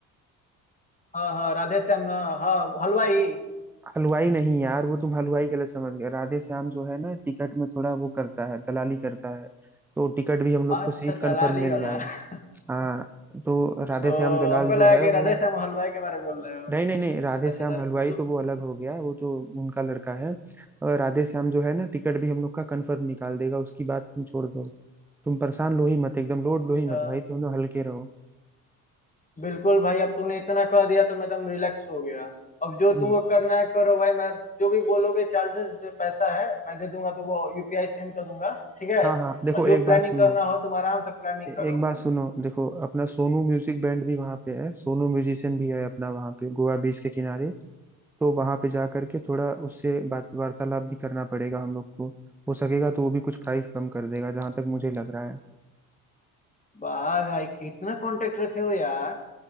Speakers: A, on the left (about 15°); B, in the centre.
A: हाँ हाँ राधे श्याम ना हाँ हलवाई
B: हलवाई नहीं यार वो तुम हलवाई गलत समझ गए राधे श्याम जो है ना टिकट में थोड़ा वो करता है दलाली करता है तो टिकट भी हम लोग
A: अच्छा
B: को सीट कंफर्म
A: दलाली
B: मिल
A: वाला
B: जाएगा
A: <laughs>
B: हाँ तो राधे
A: ओ
B: श्याम दलाल
A: हमको
B: जो
A: लगा
B: है
A: कि राधे
B: वो
A: श्याम हलवाई के बारे में बोल रहे हो
B: नहीं नहीं नहीं राधे
A: अच्छा
B: श्याम
A: अच्छा तो
B: हलवाई तो वो अलग हो गया वो तो उनका लड़का है और राधे श्याम जो है ना टिकट भी हम लोग का कंफर्म निकाल देगा उसकी बात तुम छोड़ दो तुम परेशान लो ही मत एकदम लोड
A: अच्छा
B: लो ही मत भाई तुम लोग हल्के रहो
A: बिल्कुल भाई अब तूने इतना कह दिया तो मैं एकदम रिलैक्स हो गया अब जो
B: हम्म,
A: तुमको करना है करो भाई मैं जो भी बोलोगे चार्जेस पैसा है मैं दे दूंगा तो वो यूपीआई सेंड कर दूंगा ठीक है
B: हाँ हाँ देखो
A: और जो
B: एक बात
A: प्लानिंग
B: सुनो
A: करना हो तुम आराम से प्लानिंग
B: ए-
A: करो
B: एक बात सुनो देखो अपना सोनू म्यूजिक बैंड भी वहाँ पे है सोनू म्यूजिशियन भी है अपना वहाँ पे गोवा बीच के किनारे तो वहाँ पे जा करके थोड़ा उससे बात वार्तालाप भी करना पड़ेगा हम लोग को हो सकेगा तो वो भी कुछ प्राइस कम कर देगा जहाँ तक मुझे लग रहा है
A: वाह भाई कितना कांटेक्ट रखे हो यार